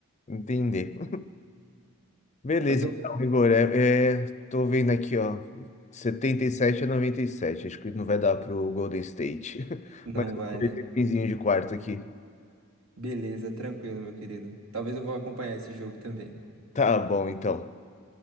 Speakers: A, on the left; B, on the right.
A: entender. <laughs> Beleza,
B: Mas eu.
A: então, Igor, é, é, tô vendo aqui, ó, setenta e sete a noventa e sete acho que não vai dar pro Golden State, <laughs>
B: Não
A: mas eu
B: vai,
A: vou
B: né?
A: ver esse pinzinho de quarto aqui.
B: Beleza, tranquilo, meu querido. Talvez eu vou acompanhar esse jogo também.
A: Tá bom, então.